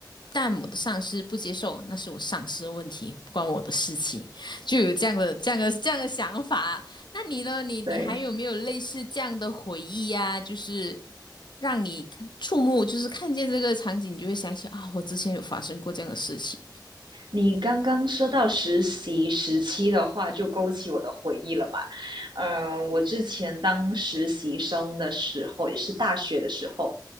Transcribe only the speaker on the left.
但我的上司不接受，那是我上司的问题，不关我的事情，就有这样的、这样的、这样的想法。那你呢？你你还有没有类似这样的回忆呀、
就是让你看触目，就是看见这个场景，你就会想起啊，我之前有发生过这样的事情。